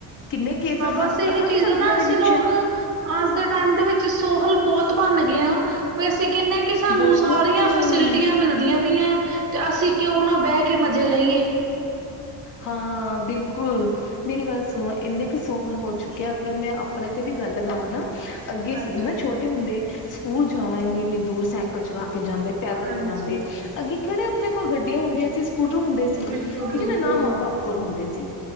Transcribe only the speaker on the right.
ਹਾਂ ਬਸ
ਏਹੀ
ਚੀਜ਼
ਐ ਨਾ
ਅਸੀਂ
ਲੋਕ,
ਅੱਜ ਦੇ ਟਾਈਮ ਦੇ ਵਿੱਚ ਸੋਹਲ ਬਹੋਤ ਬਨ ਗਏ ਆਂ। ਵੈਸੇ ਕੈਨੇ ਆਂ ਕੇ ਸਾਨੂੰ
ਸਾਰੀਆਂ ਫਸੀਲਟੀਆਂ ਮਿਲਦੀਆਂ ਪਈਆਂ। ਤੇ ਅਸੀਂ ਕਿਓਂ ਨਾ ਬੈ ਕੇ ਮਜ਼ੇ ਲਈਏ।
ਹਾਂਜੀ
ਹਾਂਜੀ
ਬਿਲਕੁਲ
ਬਿਲਕੁਲ